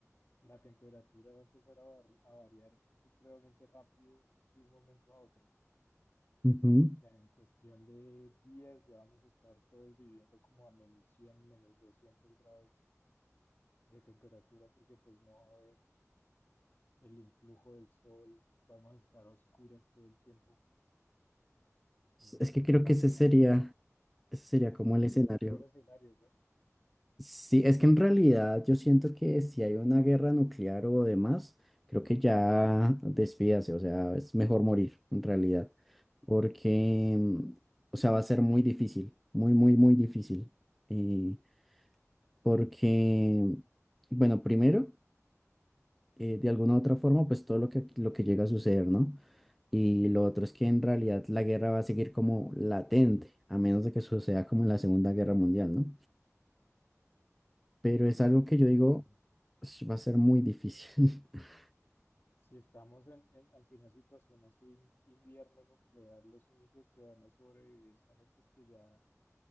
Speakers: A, on the left; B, in the centre.
A: La temperatura va a empezar a, vari- a variar supremamente rápido de un momento a otro.
B: Ujú.
A: O sea, en cuestión de días ya vamos a estar todos viviendo como a menos 100 menos 200 grados de temperatura porque pues no va a haber el influjo del sol, vamos a estar a oscuras todo el tiempo. Eh,
B: Es que
A: las
B: creo
A: plantas,
B: que ese sería, ese sería
A: ese
B: como
A: sería
B: el escenario.
A: el peor escenario, ¿no?
B: Sí, es que en realidad yo siento que si hay una guerra nuclear o demás, creo que ya despídase, o sea, es mejor morir en realidad, porque, mm, o sea, va a ser muy difícil, muy, muy, muy difícil, eh, porque, bueno, primero, eh, de alguna u otra forma, pues todo lo que, lo que llega a suceder, ¿no? Y lo otro es que en realidad la guerra va a seguir como latente, a menos de que suceda como en la Segunda Guerra Mundial, ¿no? pero es algo
A: Sí,
B: que
A: exactamente.
B: yo digo, "Ush, va a ser muy difícil. <laughs>
A: Si estamos en, en- ante una situación así, invierno nuclear, los únicos que van a sobrevivir son estos que ya